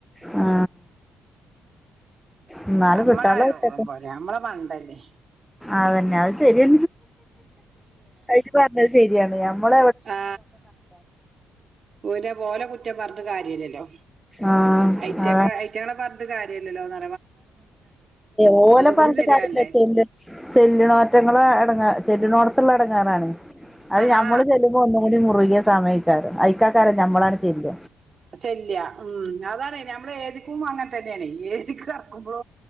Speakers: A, in the centre; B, on the right.
A: ആ എന്നാല്
B: നമ്മളെ
A: കിട്ടനുള്ളത്
B: യോഗം
A: കിട്ടട്ടെ
B: പോരെ നമ്മളെ മണ്ടല്ലേ
A: അതന്നെ അത് ശരിയ ത് ഇജ്പറഞ്ഞത് ശരിയാണ് ഞമ്മൾ
B: ആ ഊൻ്റെ പോലെ കുറ്റം പറഞ്ഞിട്ട് കാര്യ ഇല്ലല്ലോ.
A: ആഹ്
B: ഐറ്റങ്ങളെ
A: അതാണ്
B: ഐറ്റങ്ങളെ പറഞ്ഞിട്ട് കാര്യല്ലല്ലോന്ന
A: ഓലെ പറഞ്ഞിട്ട്
B: കൂടി ശരിയാകണ്ടേ
A: കാര്യല്ല ചെല്ല് ചെല്ലുണോറ്റങ്ങളെ ടങ്ങ്ചെല്ലിനോടത്തുള്ള ഇടങ്ങേറാണ് അത്
B: ആഹാ
A: നമ്മൾ ചെല്ലുമ്പോ ഒന്നുകൂടി മുറുകി സമയക്കാരും അയക്കക്കാരെ ഞമ്മളങ്ങട് ചെല്ല
B: ശല്യ ഉം അതാണ് നമ്മൾ ഏതിക്കും അങ്ങനെ തന്നെയാണ് ഏതിക്കും ക്കുമ്പോ